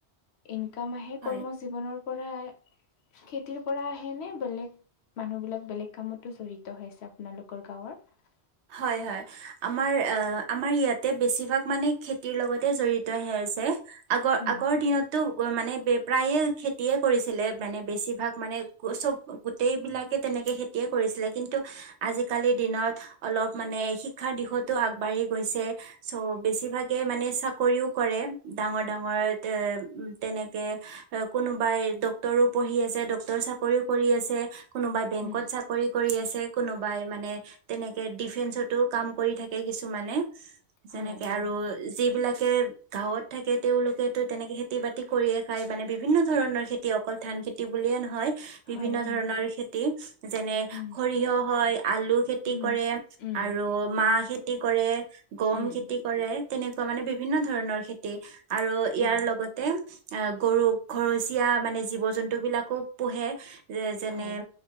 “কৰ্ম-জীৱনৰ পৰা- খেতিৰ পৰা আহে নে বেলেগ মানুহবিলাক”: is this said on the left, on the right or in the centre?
Left